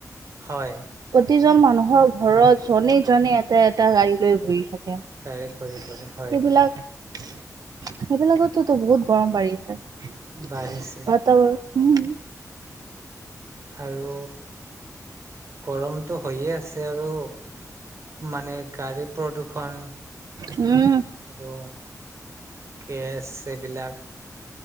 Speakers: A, on the right; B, on the right.
A: হয়।
B: প্ৰতিজন মানুহৰ ঘৰত জনে, জনে এটা, এটা গাড়ী লৈ ঘুৰি থাকে।
A: গাড়ী ঘূৰি
B: সেইবিলাক
A: ঘূৰি হয়
B: সেই বিলাকততো বহুত গৰম বাঢ়ি আছে
A: বাঢ়িছে
B: বাতৰ উম,
A: আৰু গৰমটো হৈয়ে আছে আৰু। মানে গাড়ী প্ৰদূষণ
B: উম,
A: আৰু কেছ এইবিলাক